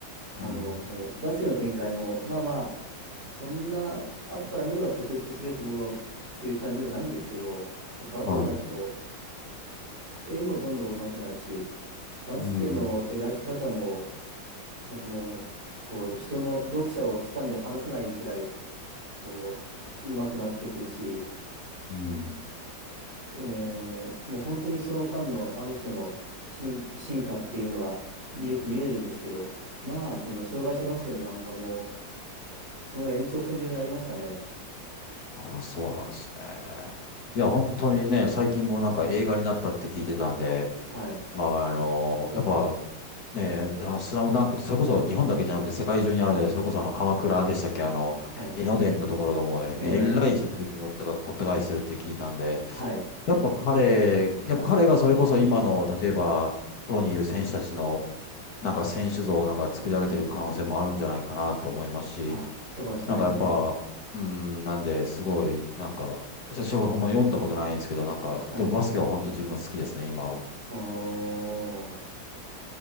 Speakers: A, on the right; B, on the left.
A: あの、
B: うん。
A: バスケの展開も、まあまあ、そんな後から見れば特筆すべきものという感じでもないんですけど、やっぱ後になると
B: はい。
A: 絵もどんどん上手くなるし、バスケの描き方も、
B: うん。
A: なんかもう、こう、人の読者を掴んで離さないくらい、こう、上手くなってくるし、
B: うん。
A: えーもう本当にその間のあの人の進、進化っていうのがよく見えるんですけど、まあ、その障害者バスケの漫画も、その延長線上にありましたね。
B: ああ、そうなんですね。いや、本当にね、最近もなんか映画になったって聞いてたんで、
A: はい。
B: あの、やっぱ、ね、あの、スラムダンクって、それこそ日本だけじゃなくて世界中にあるので、それこそあの、鎌倉でしたっけ、あの、
A: はい。
B: 江ノ電のところがもう、えらい人でもう、
A: え
B: こった返してるって聞いたんで、
A: ー、はい。
B: やっぱ彼、やっぱ彼がそれこそ今の、例えば、プロにいる選手たちの、なんか選手像をなんか作り上げてる可能性もあるんじゃないかなと思いますし、
A: あ、そうかもしれないですね。
B: なんかやっぱ、うん、なんで、すごい、なんか、私はほんま読んだことないんですけど、なんか、
A: はい。
B: でもバスケは本当自分好きですね、今は。
A: おー。